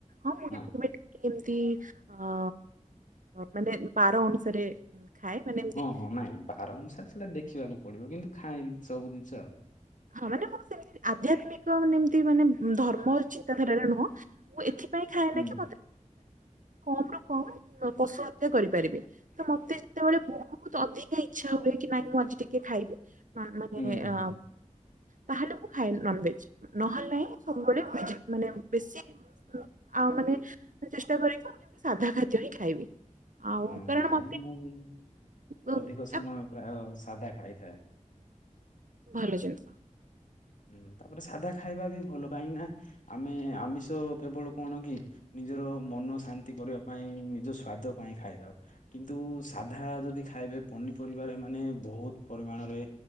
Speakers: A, on the right; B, on the left.
A: ହଁ। ମୁଁ
B: ହୁଁ।
A: କେବେ କେବେ ଏମିତି ଅ ମାନେ ବାର ଅନୁସାରେ ଖାଏ। ମାନେ ଏମିତି
B: ହଁ ହଁ ନାଇଁ ବାର ଅନୁସାରେ ସେଇଟା ଦେଖିବାକୁ ପଡିବ କିନ୍ତୁ ଖାଏନି ସବୁ ଜିନିଷ ଆଉ।
A: ହଁ ମାନେ ମୁଁ ସେମିତି ଆଧ୍ୟାତ୍ମିକ ମାନେ ଏମିତି ମାନେ ଧର୍ମ ଚିନ୍ତାଧାରାରେ ନୁହଁ ମୁଁ ଏଥି ପାଇଁ ଖଏନା
B: ହୁଁ
A: କି ମୋତେ କମ୍ ରୁ କମ୍ ପଶୁ ହତ୍ୟା କରିପାରିବେ। ତ ମତେ ଯେତେବେଳେ ବହୁତ ଅଧିକା ଇଚ୍ଛା ହୁଏ କି ନାଇଁ ମୁଁ ଆଜି ଟିକେ ଖାଇବି ମା-ମାନେ
B: ହୁଁ
A: ଅ
B: ହୁଁ।
A: ତାହେଲେ ମୁଁ ଖାଏ ନନ୍ବେଜ ନହେଲେ ନାଇଁ ସବୁବେଳେ ଭେଜି ମାନେ ବେଶୀ ଆଉ ମାନେ ଚେଷ୍ଟା କରିକି ମୁଁ ଯେମିତି ସାଧା ଖାଦ୍ୟ ହିଁ ଖାଇବି। ଆଉ
B: ହଁ
A: କାରଣ
B: ନାଇଁ
A: ମତେ
B: ମୁଁ ବି
A: ଅ,
B: ଅଧିକ ସମୟ ପ୍ରାୟ ସାଧା ଖାଇଥାଏ।
A: ଭଲ ଜିନିଷ।
B: ହୁଁ ତାପରେ ସାଧା ଖାଇବା ବି ଭଲ କାହିଁକି ନା ଆମେ ଆମିଷ କେବଳ କଣ କି ନିଜର ମନ ଶାନ୍ତି କରିବା ପାଇଁ ନିଜ ସ୍ଵାଦ ପାଇଁ ଖାଇଥାଉ। କିନ୍ତୁ ସାଧା ଯଦି ଖାଇବେ ପନିପରିବାରେ ମାନେ ବହୁତ ପରିମାଣରେ